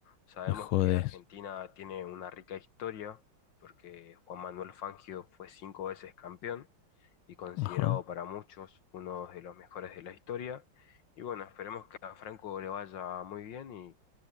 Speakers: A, on the left; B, on the left.
A: Sabemos
B: Me jodes.
A: que Argentina tiene una rica historia porque Juan Manuel Fangio fue cinco veces campeón y considerado
B: Ajá.
A: para muchos uno de los mejores de la historia. Y bueno, esperemos que a Franco le vaya muy bien y,